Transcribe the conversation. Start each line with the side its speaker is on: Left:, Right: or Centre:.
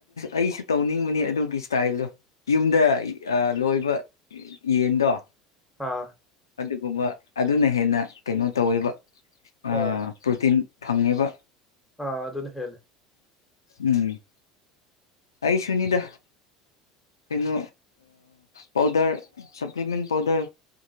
Left: ꯑꯩꯁꯨ ꯇꯧꯅꯤꯡꯕꯅꯤ ꯑꯗꯨꯒꯤ ꯏꯁꯇꯥꯏꯜꯗꯣ ꯌꯨꯝꯗ ꯂꯣꯏꯕ ꯌꯦꯟꯗꯣ
Centre: ꯑꯥ
Left: ꯑꯗꯨꯒꯨꯝꯕ ꯑꯗꯨꯅ ꯍꯦꯟꯅ ꯀꯩꯅꯣ ꯇꯧꯋꯦꯕ ꯑ
Centre: ꯍꯣꯏ
Left: ꯄ꯭ꯔꯣꯇꯤꯟ ꯐꯪꯉꯤꯕ
Centre: ꯑꯗꯨꯅꯦ ꯍꯂ
Left: ꯎꯝ ꯑꯩ ꯁꯨꯅꯤꯗ ꯀꯩꯅꯣ ꯄꯥꯎꯗꯔ ꯁꯄ꯭ꯂꯤꯃꯦꯟ ꯄꯥꯎꯗꯔ